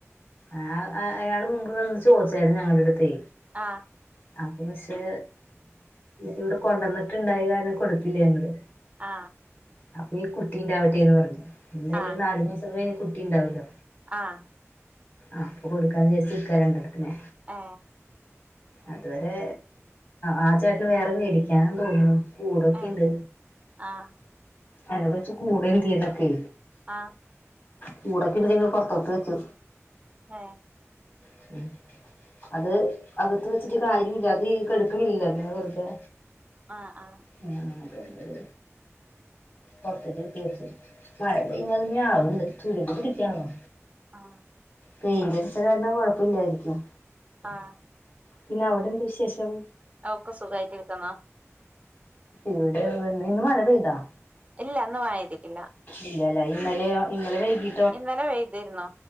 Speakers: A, on the left (about 40°); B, on the right (about 25°).
A: ആ അയാള് മുമ്പ് വന്നു ചോയിച്ചായിരുന്നു ഞങ്ങടെ അടുത്തേ
B: ആ
A: അപ്പൊ പക്ഷേ ഇവിടെ കൊണ്ടന്നിട്ടുണ്ടായി കാരണം കൊടുത്തില്ല ഞങ്ങള്
B: ആ
A: അപ്പൊ ഈ കുട്ടിയുണ്ടാവട്ടെ എന്നുപറഞ്ഞു എന്തായാലൊരു
B: ആഹ്
A: നാലുമാസം കഴിഞ്ഞാ കുട്ടി യുണ്ടാവുല്ലോ
B: ആ
A: അപ്പൊ കൊടുക്കാന്നു വിജാരിച്ചിക്കാ രണ്ടെണ്ണത്തിനെ
B: ആ
A: അതുവരെ ആ ചേട്ടന് വേറെ മേടിക്കാനെന്നു തോന്നുന്നു. കൂടൊക്കെണ്ട്
B: ഏഹ് ആഹ്
A: എന്നോട് ചോയ്ച്ചു കൂട് എന്ത്യേന്നൊക്കെ
B: ആ
A: കൂടൊക്കെടുത്തിപ്പോ പൊറത്തോട്ടു വെച്ചു.
B: ഏ
A: <inaudible> അത് അകത്തുവെച്ചിട്ട് കാര്യല്ലാ അതീകെടക്കണില്ല പിന്നെ വെറുതെ
B: ആ ആ
A: ആ അതെ അതെ പുറത്തേക്ക്‌ട് <inaudible> മഴ പെയ്യമ്പത് ഞാവണ്ട്തുരുമ്പ്പിടിക്കാവോ
B: ആ
A: പെയിന്റടിച്ച കാരണം കൊഴപ്പില്ലായിരിക്കും.
B: ആഹ്
A: പിന്നെ അവിടെന്തു വിശേഷം
B: ഒക്കെ സുഖായിട്ടിരിക്കുന്നോ
A: ഇവിടെ പിന്നെ ഇന്ന് മഴ പെയ്താ
B: ഇല്ല ഇന്നു മഴപെയ്തിട്ടില്ല.
A: ഇല്ലാലേ ഇന്നലെയോ ഇന്നലെ വൈകി
B: ഇന്നലെ പെയ്തിരുന്നു